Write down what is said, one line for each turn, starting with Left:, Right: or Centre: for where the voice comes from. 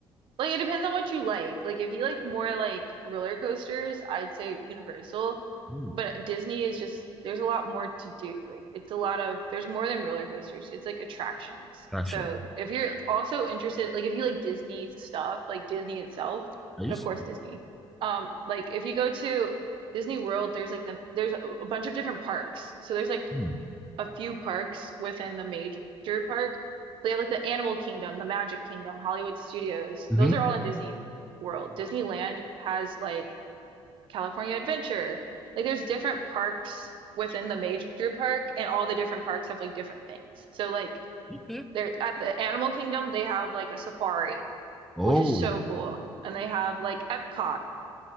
Right: Like it depends on what you like. Like if you like more like roller coasters, I'd say Universal,
Centre: Hmm,
Right: but Disney is just there's a lot more to do. Like it's a lot of there's more than roller coasters. It's like attractions.
Centre: Action,
Right: So if you're also interested, like if you like Disney stuff, like Disney itself,
Centre: please.
Right: and of course Disney. Um, like if you go to Disney World, there's like the there's a a bunch of different parks. So there's like
Centre: Hmm.
Right: a few parks within the major park. They have like the Animal Kingdom, the Magic Kingdom, Hollywood Studios.
Centre: Mhm.
Right: Those are all in Disney World. Disneyland has like California Adventure. Like there's different parks within the major park, and all the different parks have like different things. So like
Centre: Okay.
Right: they're at the Animal Kingdom, they have like a safari,
Centre: Oh,
Right: which is so cool. And they have like Epcot,